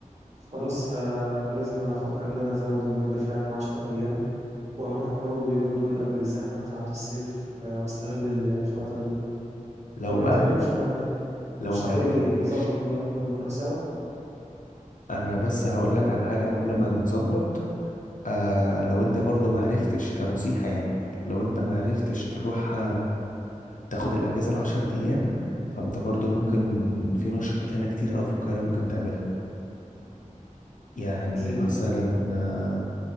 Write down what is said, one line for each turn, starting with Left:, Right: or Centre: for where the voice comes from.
Right: خلاص آه، لازم افكر ان انا ازود المدة فعلا عشر ايام واروح برضو اليومين دول قبل الزحمة بتاعات الصيف آه، واستغل ال- الفترة دي
Left: لو
Right: طب
Left: بقى
Right: انت ايه
Left: م-
Right: مش
Left: لو
Right: مش
Left: ما
Right: ناوي
Left: عرفتش
Right: نظبط ون- ونروح سوا
Left: انا بس هقول لك على حاجة قبل ما نظبط آه لو انت برضو ما عرفتش كنصيحة يعني لو انت ما عرفتش تروح تاخد الاجازه العشر ايام فانت برضو ممكن في نشاطات هنا كتير قوي في القاهره ممكن تعملها يعني
Right: زي
Left: مثلا
Right: ايه
Left: آه،